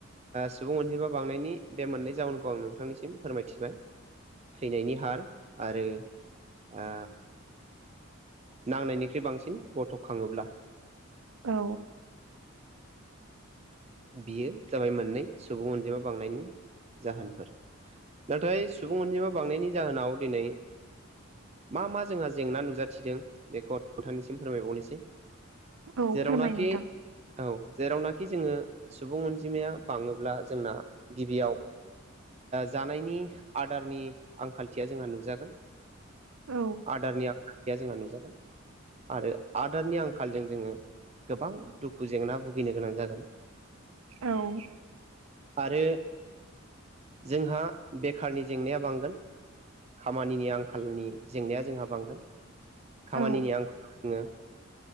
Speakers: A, on the right; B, on the right.
A: सुबुं अनजिमा बांनायनि बे मोननै जाउनखौ आं नोंथांनिसिम फोरमायथिबाय थैनायनि हार आरो आ नांनायनिख्रुइ बांसिन गथ' खाङोब्ला
B: औ
A: बियो जाबाय मोननै सुबुं अनजिमा बांनायनि जाहोनफोर नाथाय सुबुं अनजिमा बांनायनि जाहोनाव दिनै मा मा जोंहा जेंना नुजाथिदों बेखौ नोंथांनिसिम फोरमायबावनोसै
B: औ
A: जेरावनाखि
B: फोरमाय नोंथां
A: औ जेरावनाखि जोंङो सुबुं अनजिमाया बाङोब्ला जोंना गिबियाव जानायनि आदारनि आंखालथिया जोंहा नुजागोन
B: औ
A: आदारनि आया जोंहा नुजागोन आरो आदारनि आंखालजों जोंङो गोबां दुखु जेंना भुगिनो गोनां जागोन
B: औ
A: आरो जोंहा बेखारनि जेंनाया बांगोन खामानिनि आंखालनि जेंनाया जोंहा बांगोन खामानिनि
B: औ
A: आंखालाव जोंङो